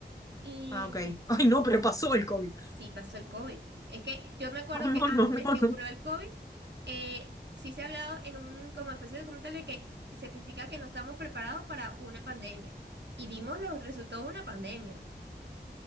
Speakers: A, on the right; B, on the left.
A: y
B: Ah, ok. <laughs> Ay, no, pero pasó el COVID. <laughs>
A: Sí, pasó el COVID. Es que yo me acuerdo
B: Oh, no,
A: que
B: no, no,
A: antes que ocurrió
B: no.
A: el COVID, eh, sí se ha hablado en un como especie de documental de que se especifica que no estamos preparados para una pandemia. Y vimos los resultados de una pandemia.